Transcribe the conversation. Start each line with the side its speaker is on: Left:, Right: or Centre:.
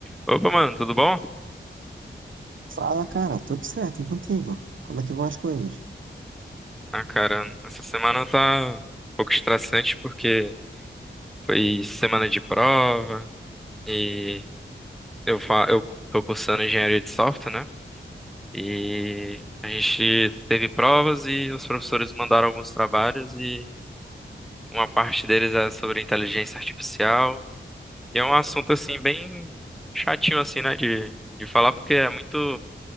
Centre: Opa, mano, tudo bom?
Right: Fala, cara, tudo certo e contigo? Como é que vão as coisas?
Centre: Ah, cara, essa semana tá um pouco estressante porque foi semana de prova e eu fa eu tô cursando engenharia de software, né? E a gente teve provas e os professores mandaram alguns trabalhos e uma parte deles é sobre inteligência artificial. E é um assunto assim bem chatinho assim, né, de de falar porque é muito